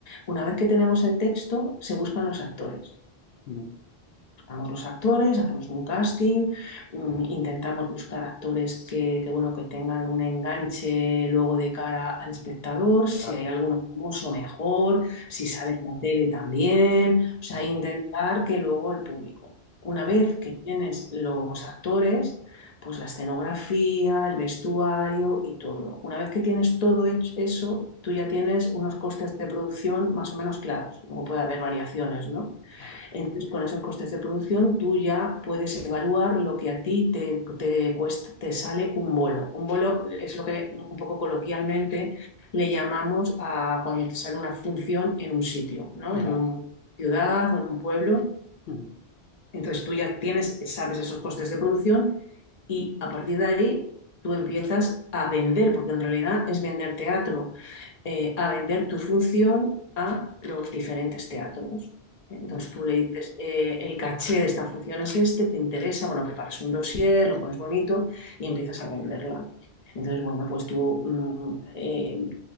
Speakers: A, on the left (about 45°); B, on the left (about 70°).
A: Una vez que tenemos el texto, se buscan los actores.
B: Ujú.
A: buscamos los actores, hacemos un casting, mm, intentamos buscar actores que, que, bueno, que tengan un enganche luego de cara al espectador, si
B: claro.
A: hay alguno famoso mejor, si sale en la tele también, o sea,
B: Muy
A: intentar
B: bien.
A: que luego el público. Una vez
B: Ya,
A: que tienes los actores, pues la escenografía, el vestuario y todo. Una vez que tienes todo hecho eso, tú ya tienes unos costes de producción más o menos claros. Luego puede haber variaciones, ¿no?
B: vale,
A: Entonces, con esos costes de producción, tú ya puedes evaluar lo que a ti te, te cuesta, te sale un bolo. Un bolo es lo que un poco coloquialmente le llamamos a cuando te sale una función en un sitio, ¿no? En
B: vale.
A: una ciudad o en un pueblo.
B: Ujú.
A: Entonces, tú ya tienes, sabes esos costes de producción y a partir de ahí tú empiezas a vender, porque en realidad es vender teatro, eh, a vender tu función a los diferentes teatros. Entonces
B: Ujú.
A: tú le dices, eh, el caché de esta función es este, te interesa, bueno, preparas un dossier, lo pones bonito y empiezas a venderla. Entonces, bueno, pues tú mm, eh,